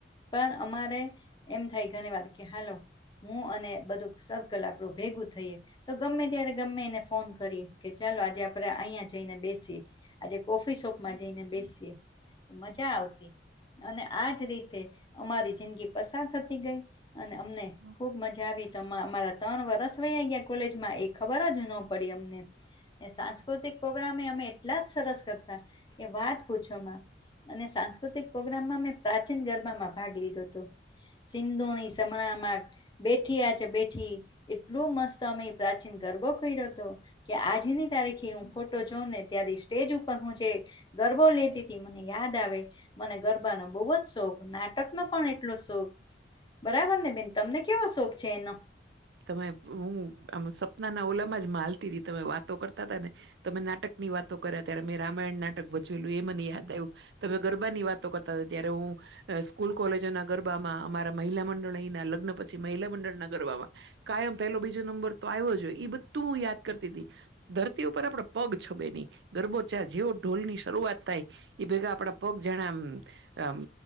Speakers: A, on the left (about 25°); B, on the right (about 70°).
A: પણ અમારે એમ થાય ઘણી વાર કે હાલો હું અને બધું સર્કલ આપણું ભેગું થઈએ. તો ગમે ત્યારે ગમે એને ફોન કરીએ, કે ચાલો આજે આપણે અહીંયા જઈને બેસીએ. આજે કોફી શોપમાં જઈને બેસીએ, મજા આવતી. અને આજ રીતે અમારી જિંદગી પસાર થતી ગઈ અને અમને
B: હ
A: ખૂબ મજા આવી તો અમા અમારા ત્રણ વરસ વયા ગયા. કોલેજમાં એ ખબર જ ન પડી અમને. ને સાંસ્કૃતિક પ્રોગ્રામે અમે એટલા જ સરસ કરતા કે વાત પૂછોમાં. અને સાંસ્કૃતિક પ્રોગ્રામમાં મેં પ્રાચીન ગરબામાં ભાગ લીધો તો. સિંધુની સમણા માં બેઠી આ છે બેઠી, એટલું મસ્ત તમે પ્રાચીન ગરબો કયરો તો. કે આજની તારીખે હું ફોટો જોઉં ને ત્યારે સ્ટેજ ઉપર હું જે ગરબો લેતી તી મને યાદ આવે. મને ગરબાનો બહુ જ શોખ, નાટકનો પણ એટલો જ શોખ. બરાબર ને બેન? તમને કેવો શોખ છે એનો?
B: તમે હું આમ સપના ના ઓલામાં જ માં હાલતી તી તમે વાતો કરતા તા ને. તમે નાટક ની વાતો કર્યા ત્યારે મેં રામાયણ નાટક ભજવેલું એ મને યાદ આયવું. તમે ગરબા ની વાતો કરતા તા ત્યારે હું અહ સ્કૂલ, કોલેજો ના ગરબામાં અમારા મહિલા મંડળ અહીંના લગ્ન પછી મહિલા મંડળના ગરબામાં. કાયમ પેલો, બીજો નંબર તો આયવો જ હોય એ બધું હું યાદ કરતી તી. ધરતી ઉપર આપડો પગ છબે નહીં, ગરબો ચા જેવો ઢોલ ની શરૂઆત થાય. ઈ ભેગા આપડા પગ જાણે આમ-આમ